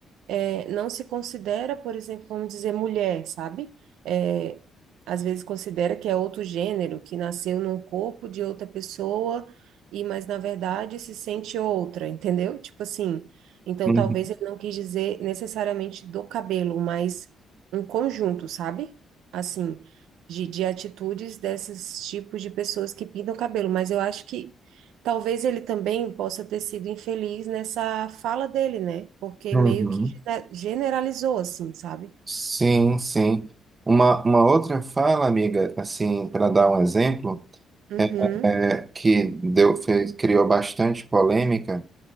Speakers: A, on the right; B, on the right.
A: eh, não se considera, por exemplo, vamos dizer, mulher, sabe? Eh, às vezes considera que é outro gênero, que nasceu num corpo de outra pessoa, e mas na verdade se sente outra, entendeu? Tipo assim, então
B: Uhum.
A: talvez ele não quis dizer necessariamente do cabelo, mas um conjunto, sabe? Assim de, de atitudes desses tipos de pessoas que pintam o cabelo, mas eu acho que talvez ele também possa ter sido infeliz nessa fala dele, né? Porque
B: Uhum.
A: meio que gene- generalizou, assim, sabe?
B: Sim, sim. Uma, uma outra fala, amiga, assim, para dar um exemplo,
A: Uhum,
B: é, que deu, fez, criou bastante polêmica